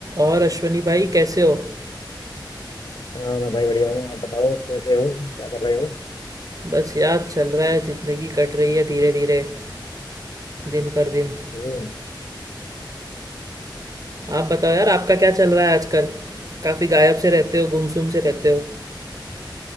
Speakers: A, on the right (about 45°); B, on the left (about 65°).
A: और अश्वनी भाई कैसे हो
B: हाँ मैं भाई बढ़िया हूँ आप बताओ कैसे हो क्या कर रहे हो
A: बस यार चल रहा है ज़िंदगी कट रही है धीरे धीरे दिन पर दिन
B: हम्म,
A: आप बताओ यार आपका क्या चल रहा है आजकल काफ़ी गायब से रहते हो गुमसुम से रहते हो